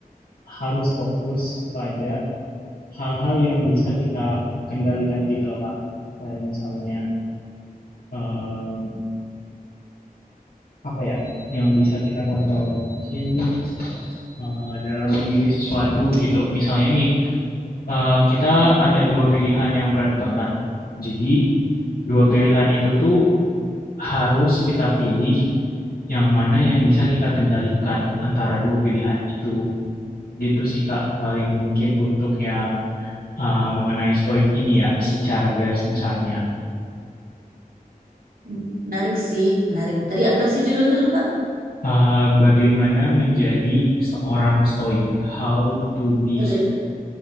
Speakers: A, on the left; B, on the right.
A: harus fokus pada hal-hal yang bisa kita kendalikan gitu loh Kak kayak misalnya em, apa ya yang bisa kita kontrol mungkin eh, dalam memilih sesuatu gitu. Misalnya nih, eh, kita ada dua pilihan yang berat banget. Jadi, dua pilihan itu tuh harus kita pilih yang mana yang bisa kita kendalikan antara dua pilihan itu. Gitu sih, Kak, paling mungkin untuk yang eh, mengenai stoik ini ya, secara garis besarnya.
B: Hmm, Menarik sih, menarik. Tadi apa sih judulnya lupa?
A: Eh, bagaimana menjadi seorang stoik? How to be
B: Jadi, Mbak,